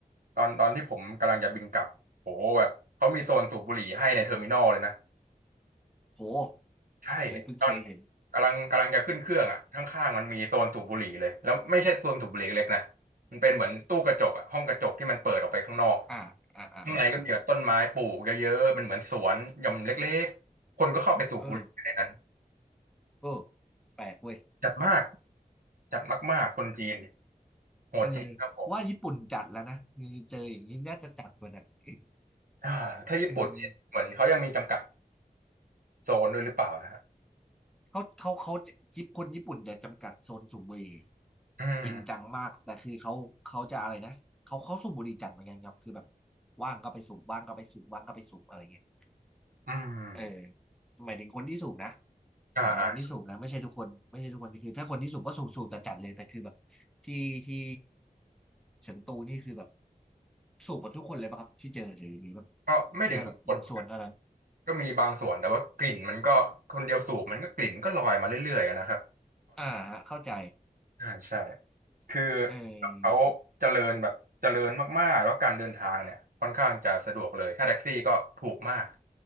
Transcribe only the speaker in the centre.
โห
เอ้ยเพิ่งเคยเห็น
อ่าอ่าอ่าอ่า
เออเออแปลกเว้ย
เออว่าญี่ปุ่นจัดแล้วนะเจออย่างนี้น่าจะจัดกว่านั้นอีก
เออ
เขาเขาเขาญี่ปุ่นคนญี่ปุ่นจะจำกัดโซนสูบบุหรี่
จริงจังมากแต่คือเขาเขาจะอะไรนะเขาเขาสูบบุหรี่จัดเหมือนกันครับคือแบบว่างก็ไปสูบว่างก็ไปสูบว่างก็ไปสูบอะไรเงี้ย
เออหมายถึงคนที่สูบนะ
หมายถึงคนที่สูบนะไม่ใช่ทุกคนไม่ใช่ทุกคนคือถ้าคนที่สูบก็สูบสูบแต่จัดเลยแต่คือแบบที่ที่เฉิงตูนี่คือแบบสูบหมดทุกคนเลยป่ะครับที่เจอหรือหรือแบบ
แค่แบบบางส่วนเท่านั้น
อ่าฮะเข้าใจ
เออ